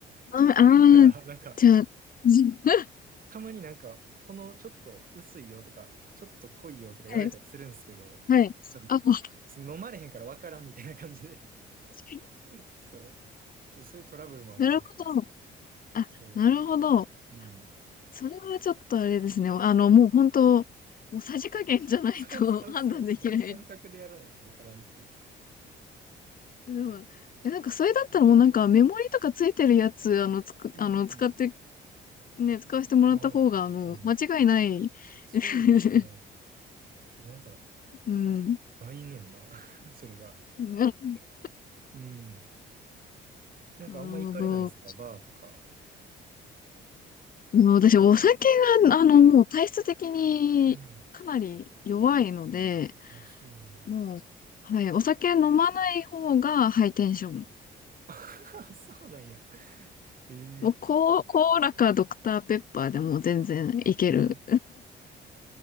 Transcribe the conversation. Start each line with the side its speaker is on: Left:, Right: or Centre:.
Left: ああー、
Right: だから、なんか、
Left: じゃあ、<laughs>
Right: たまになんか、このちょっと薄いよとか、ちょっと濃いよとか言われたりするんですけど、
Left: はい。はい。
Right: ちょっとその飲まれへんからわからんみたいな感じで
Left: あ、もう確かに。
Right: <laughs> そう。ちょっとそういうトラブルもあったりする
Left: なるほど。あ、
Right: そ
Left: なるほど。
Right: う。うん。
Left: それはちょっとあれですね。あの、もう本当、もうさじ加減じゃないと
Right: そうそうそうそう。
Left: <laughs> 判断できない。
Right: 感覚でやらないとわからんっていう。
Left: でも、えなんかそれだったらもうなんかメモリとかついてるやつ、あの、つく、
Right: うん。
Left: あの、使ってね、使わせてもらった方が、
Right: ああ、確かに。
Left: あの、間違いない。
Right: そうですね。
Left: <laughs>
Right: なんか、
Left: うん。
Right: 来年な、<laughs> それが。
Left: <laughs>
Right: うん。なんかあんま行かれないですかバーとか。
Left: なるほど。うん私、お酒が、あの、もう体質的にかなり弱いので、
Right: うん。あ、そうなんや。
Left: もう、はい、お酒飲まない方がハイテンション。
Right: <laughs> そうなんや。ええ
Left: もう、コー、コーラかドクターペッパーでも全然いける。
Right: ええ